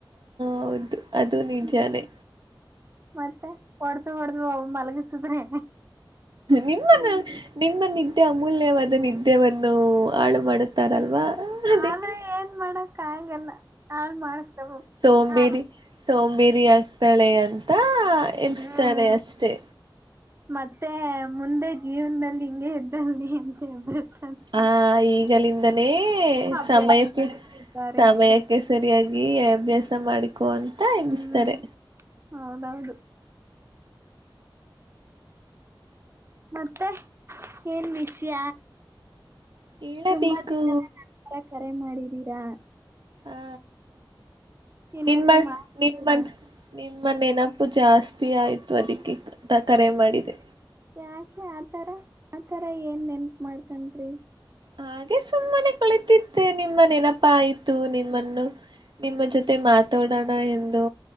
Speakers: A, on the right; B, on the right.
A: ಹೌದು ಅದು ನಿಜಾನೇ
B: ಹ್ಮ್ ಮತ್ತೆ ಹೊಡದು ಹೊಡ್ದ ಅವ ಮಲಗಿಸಿದ್ರೆ.
A: ನಿಮ್ಮನ್ನು ನಿಮ್ಮ ನಿ ಅತ್ಯ ಅಮೂಲ್ಯವಾದ ನಿದ್ದೆವನ್ನು ಹಾಳು ಮಾಡುತ್ತಾರಲ್ವಾ. ಅದಕ್ಕೆ
B: ಆದ್ರೆ ಏನ್ ಮಾಡ ಕಾಗಲ್ಲಾ. ನಾನ್ ಮಾಡಸ್ಕೊ ಬೇಕ್
A: ಸೋಂಬೇರಿ
B: ಹಾ
A: ಸೋಂಬೇರಿ ಆಗ್ತಾಳೆ ಅನ್ ತಾ ಎಬ್ಸ್ತಾರೆ
B: ಹ್ಮ್
A: ಅಷ್ಟೆ.
B: ಮತ್ತೆ ಮುಂದೆ ಜೀವನದಲ್ಲಿ ಹಿಂಗೆ ಇದ್ದಾನೆ ಅನ್ಕೋಬೇಕ.
A: ಆ ಈ ಜಲಿನ್ ದನೇ
B: ಅಭ್ಯಾಸಿದ್ದಾರೆ
A: ಸಮಯಕ್ಕೆ ಸಮಯಕ್ಕೆ ಸ್ ಸರಿಯಾಗಿ ಅಭ್ಯಾಸ ಮಾಡಿ ಕು ಅಂತ ಎಮಿಸ್ತಾರೆ.
B: ಹ್ಮ್ ಹೌದೌದು ಮತ್ತೆ ಏನ್ ವಿಷ್ಯ
A: ಹೇಳಬೇಕು
B: ತುಂಬಾ ದಿನದ ನಂತರ ಕರೆ ಮಾಡಿ ದಿರಾ
A: ಆ
B: ಏನಾದ್ರು
A: ನಿಮ್ಮ
B: ಮಾಡ್ತಿಲ್ಲ
A: ನಿಮ್ಮನ್ ನಿಮ್ಮ ನೆನಪು ಜಾಸ್ತಿ. ಆಯ್ತು ಅದಕ್ಕೆ ಕರೆ ಮಾಡಿದೆ
B: ಯಾಕೆ ಆತರ ಆತರ ಏನ್ ನೆನ್ಪ ಮಾಡ್ಕನ್ರೀ.
A: ಹಾಗೆ ಸುಮ್ಮನೆ ಕುಳತಿದ್ದೆ ನಿಮ್ಮ್ ನೆನಪಾ ಆಯ್ತು ನಿಮ್ಮನ್ನು ನಿಮ್ಮ ಜೊತೆ ಮಾತಾಡೋಣ ಎಂದು